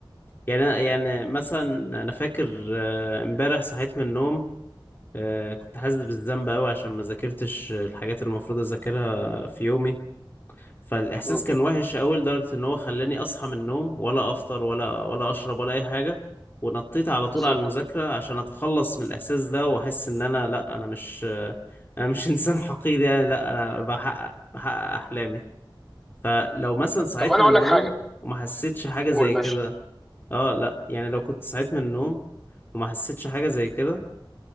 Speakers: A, on the left; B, in the centre.
A: يعني يعني مثلا انا فاكر آه، امبارح صحيت من النوم آه، كنت حاسس بالذنب قوي عشان ما ذاكرتش الحاجات اللي المفروض اذاكرها في يومي فالاحساس
B: مم.
A: كان وحش قوي لدرجه ان هو خلاني اصحى من النوم ولا افطر ولا ولا اشرب ولا اي حاجه ونطيت على
B: بالظبط
A: طول على المذاكره عشان اتخلص من الاحساس ده واحس ان انا لا انا مش آه، انا مش <laughs> انسان حقير يعني لا انا بحقق بحقق احلامي فلو مثلا صحيت
B: طب انا
A: من
B: اقول
A: النوم
B: لك حاجه
A: وما حسيتش حاجه
B: قول
A: زي
B: ماشي
A: كده اه لا يعني لو كنت صحيت من النوم وما حسيتش حاجه زي كده